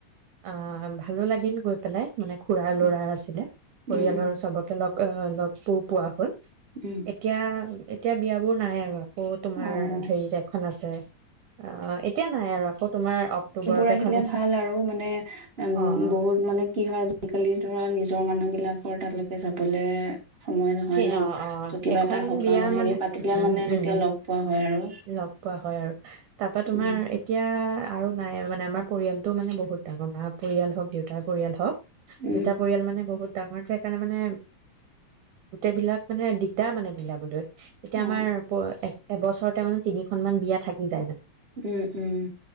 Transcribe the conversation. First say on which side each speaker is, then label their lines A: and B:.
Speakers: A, on the right; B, on the right.
A: অ ভালো লাগিল গৈ পেলাই মানে খুৰাৰ ল'ৰা
B: উম,
A: আছিলে পৰিয়ালৰ
B: উম, উম,
A: চবকে লগ অ লগ পোৰ পোৱা হ'ল
B: উম,
A: এতিয়া এতিয়া বিয়য়া বোৰ নাই আৰু আকৌ তোমাৰ
B: অ'।
A: হেৰিত এখন আছে আহ এতিয়া নাই আৰু আকৌ তোমাৰ অক্টোবৰত
B: লে
A: এখন আছে।
B: ভাল আৰু মানে উম
A: অ',
B: বহুত মানে কি হয় আজিকালি ধৰা নিজৰ মানুহ বিলাকৰ তালৈে তে যাবলে সময় নহয়
A: ঠি
B: ন
A: অ', অ',
B: ত কিবা
A: এখন
B: এটা সকাম
A: বিয়া
B: হেৰি
A: মানে
B: পাতিলে
A: উম,
B: মানে
A: উম,
B: তেতিয়া
A: উম,
B: লগ পোৱা হয় আৰু
A: লগ পোৱা হয় আৰু তাৰপা তোমাৰ
B: উম
A: এতিয়া আৰু নাই আৰু মানে আমাৰ পৰিয়ালটোও মানে বহুত ডাঙৰ মা পৰিয়াল হওক দেউতাৰ পৰিয়াল হওক
B: উম
A: দুইটা পৰিয়াল মানে বহুত ডাঙৰ যে সেইকাৰণে মানে গোটেই বিলাক মানে দিগদাৰ মানে মিলাবলৈ এতিয়া
B: অ
A: আমাৰ প এবছৰ ৰত তিনিখন মান বিয়া থাকি যায় মানে
B: উম উম